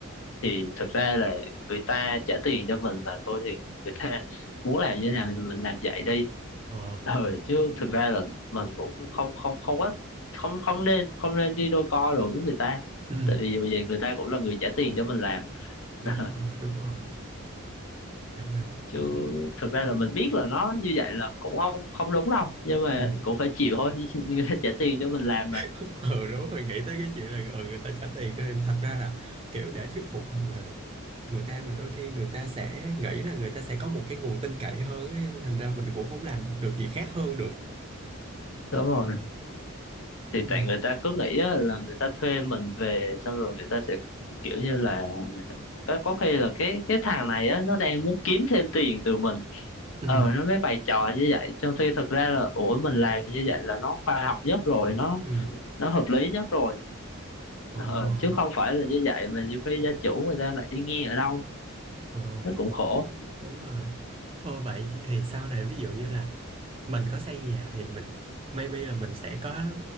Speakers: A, on the left; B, on the right.
A: thì thực ra là người ta trả tiền cho mình mà thôi thì người ta muốn làm như thế nào thì mình làm vậy đi
B: ờ
A: ờ chứ thực ra là mình cũng không không không có không không nên không nên đi đôi co rồi với người ta
B: ừ
A: tại vì dù gì người ta cũng là người trả tiền cho mình làm
B: đúng
A: <laughs>
B: rồi đúng rồi trời ơi
A: chứ thực ra là mình biết là nó như vậy là cũng không không đúng đâu nhưng mà
B: ừ
A: cũng phải chịu thôi <laughs> người ta trả tiền cho mình làm mà
B: <laughs> ừ đúng rồi nghĩ tới cái chuyện là ừ, người ta trả tiền cho em thật ra là kiểu để thuyết phục mà người ta mà đôi khi người ta sẽ nghĩ là người ta sẽ có một cái nguồn tin cậy hơn ấy, cho nên thành ra mình cũng không làm được gì khác hơn được
A: đúng rồi thì
B: ừ
A: tại người ta cứ nghĩ á là người ta thuê mình về xong rồi người ta sẽ kiểu như là có, có khi là cái cái thằng này á nó đang muốn kiếm thêm tiền từ mình
B: ừ
A: ờ nó mới bày trò như vậy trong khi thực ra là ủa mình làm như vậy là nó khoa học nhất rồi nó
B: ừ
A: nó hợp lý nhất rồi
B: ồ
A: ờ, chứ không phải là như vậy mà nhiều khi gia chủ người ta lại đi nghe ở đâu
B: ồ
A: nó cũng khổ
B: đúng rồi ồ vậy thì, thì sau này ví dụ như là mình có xây nhà thì mình maybe là mình sẽ có